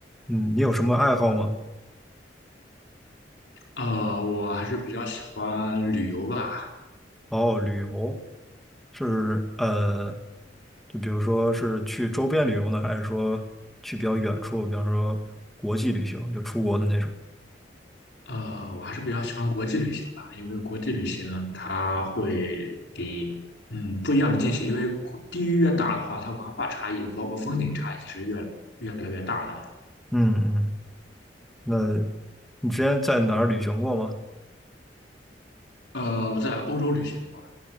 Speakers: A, in the centre; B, on the left.
A: 嗯，你有什么爱好吗？
B: 呃，我还是比较喜欢旅游吧，
A: 哦，旅游是呃，就比如说是去周边旅游呢，还是说去比较远处，比方说国际旅行，就出国的那种？
B: 呃，我还是比较喜欢国际旅行吧，因为国际旅行它会给嗯不一样的惊喜，因为地域越大的话，它文化差异包括风景差异是越越来越大的。
A: 嗯嗯，那你之前在哪儿旅行过吗？
B: 呃，我在欧洲旅行过，